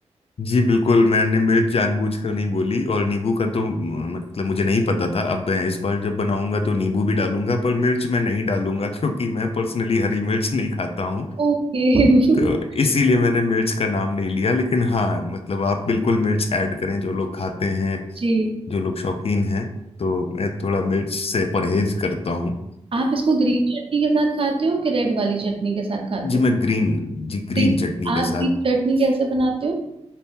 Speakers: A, on the left; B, on the right.
A: जी बिल्कुल मैंने मिर्च जानबूझकर नहीं बोली और नींबू का तो म, मतलब मुझे नहीं पता था अब मैं इस बार जब बनाऊंगा तो नींबू भी डालूंगा पर मिर्च मैं नहीं डालूंगा <laughs> क्योंकि मैं पर्सनली हरी मिर्च नहीं खाता हूँ
B: ओके <laughs>
A: तो इसीलिए मैंने मिर्च का नाम नहीं लिया लेकिन हाँ मतलब आप बिल्कुल मिर्च ऐड करें जो लोग खाते हैं
B: जी
A: जो लोग शौकीन हैं तो मैं थोड़ा मिर्च से परहेज करता हूँ
B: आप इसको ग्रीन चटनी के साथ खाते हो कि रेड वाली चटनी के साथ खाते
A: जी
B: हो
A: मैं ग्रीन जी ग्रीन
B: ग्रीन
A: चटनी के
B: आप
A: साथ
B: ग्रीन चटनी कैसे बनाते हो